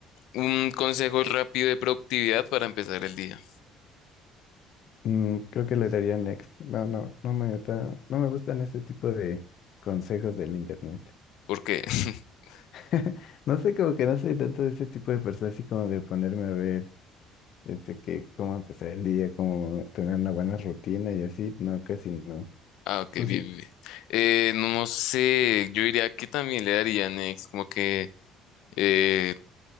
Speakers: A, on the left; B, on the left.
A: Un consejo rápido de productividad para empezar el día.
B: Mm, creo que le daría next. No, no, no me da- no me gustan ese tipo de consejos del internet.
A: ¿Por qué? <laughs>
B: <laughs> No sé, como que no soy tanto de ese tipo de persona, así como de ponerme a ver, este, que cómo empezar el día, cómo tener una buena rutina y así, no, casi no.
A: Ah, ok,
B: ¿Tú
A: bien,
B: sí?
A: bien, bien. Eh, no, no sé, yo diría que también le darían, ex, como que eh,